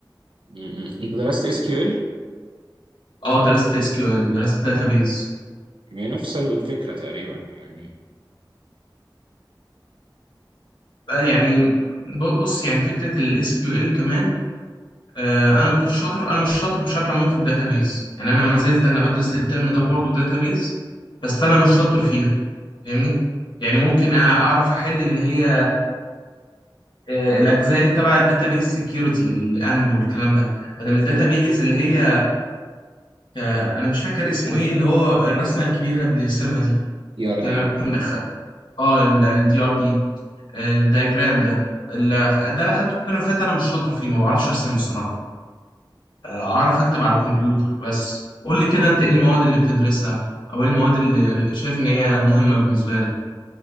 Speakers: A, on the right (about 90°); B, on the left (about 65°).
A: مم. مم. انت درست اس كيو ال
B: أه درست اس كيو ال درست داتابيز
A: نفس الفكره تقريبا يعني
B: يعني ب- بص يعني فكرة الاس كيو ال كمان آه، انا ما كنتش شاطر انا مش شاطر بشكل عام في الداتابيز يعني انا ما زلت انا بدرس الترم ده برضو داتابيز بس انا مش شاطر فيها فاهمني يعني ممكن أ- اعرف احل اللي هي آه، الاجزاء اللي تبع الداتابيز سكيورتي الامن والكلام ده ادم الداتابيز اللي هي آه، انا مش فاكر اسمه ايه اللي هو الرسمه الكبيره اللي بنرسمها دي
A: اي ار
B: آه،
A: دي
B: كنا أخ... اه الدي ار دي الدايجرام ده ال- ده انا خدته الترم اللي فات انا مش شاطر فيه ما بعرفش ارسمه الصراحه آه، اعرف اكتب على الكمبيوتر بس قول لي كده انت ايه المواد اللي بتدرسها او ايه المواد اللي شايف ان هي مهمه بالنسبه لك